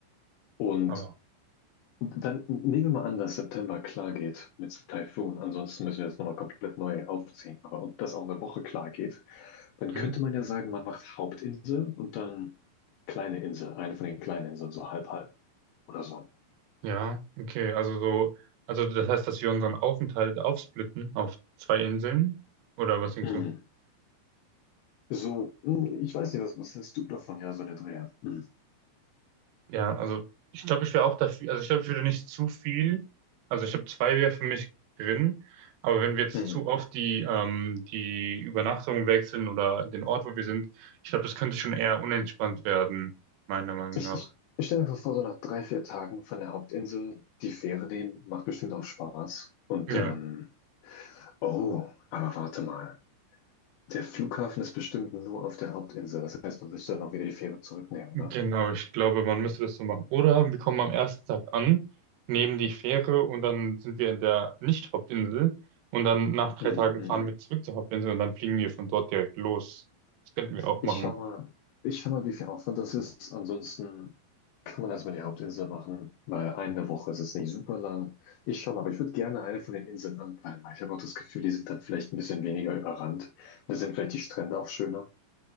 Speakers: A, on the left; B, on the right.
A: Und
B: Aber.
A: dann nehmen wir mal an, dass September klar geht mit Taifun. Ansonsten müssen wir das nochmal komplett neu aufziehen. Aber und das auch eine Woche klar geht, dann
B: Mhm.
A: könnte man ja sagen, man macht Hauptinsel und dann kleine Insel, eine von den kleinen Inseln, so halb halb oder so.
B: Ja, okay. Also so, also das heißt, dass wir unseren Aufenthalt aufsplitten auf zwei Inseln. Oder was denkst
A: Mhm.
B: du?
A: So, mhm, ich weiß nicht, was, was hältst du davon? Ja, so eine Dreher. Mhm.
B: Ja, also ich glaube, ich wäre auch dafür, also ich glaube, ich würde nicht zu viel, also ich habe zwei wäre für mich drin, aber wenn wir jetzt
A: Mhm.
B: zu oft die, ähm, die Übernachtung wechseln oder den Ort, wo wir sind, ich glaube, das könnte schon eher unentspannt werden, meiner Meinung
A: Ich,
B: nach.
A: ich, ich stelle mir einfach vor, so nach drei, vier Tagen von der Hauptinsel die Fähre nehmen, macht bestimmt auch Spaß. Und
B: Ja,
A: dann Oh, aber warte mal. Der Flughafen ist bestimmt nur auf der Hauptinsel. Das heißt, man müsste dann auch wieder die Fähre zurücknehmen,
B: genau,
A: ne?
B: ich glaube, man müsste das so machen. Oder wir kommen am ersten Tag an, nehmen die Fähre und dann sind wir in der Nicht-Hauptinsel und dann nach drei
A: Hm,
B: Tagen
A: hm,
B: fahren
A: hm.
B: wir zurück zur Hauptinsel und dann fliegen wir von dort direkt los. Das könnten wir auch
A: Ich
B: machen.
A: schau mal, ich schau mal, wie viel Aufwand das ist. Ansonsten kann man erstmal die Hauptinsel machen, weil eine Woche ist jetzt nicht super lang. Ich schau mal, aber ich würde gerne eine von den Inseln anpeilen, weil ich habe auch das Gefühl, die sind dann vielleicht ein bisschen weniger überrannt. Da sind vielleicht die Strände auch schöner.